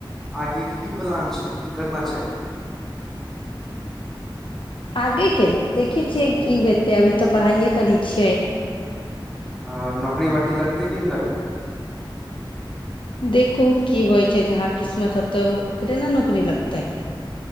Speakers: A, in the centre; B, on the left.
A: आगेके की प्लान छै की करना छै
B: आगे के देखै छियै
A: ह
B: की हेतै अभी तऽ पढ़ाइए करै छियै
A: आ नौकरी बाटी लगतै कि नहि लगते
B: देखू की होइ छै जहाँ किस्मत होतौ ओकरे ने नौकरी लगतै